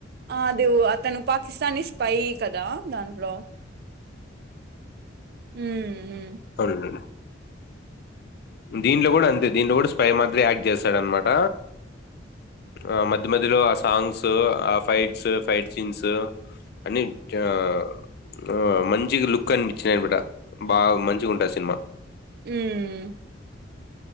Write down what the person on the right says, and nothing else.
అది అతను పాకిస్తానీ స్పై కదా దాంట్లో హ్మ్ హ్మ్
ఊమ్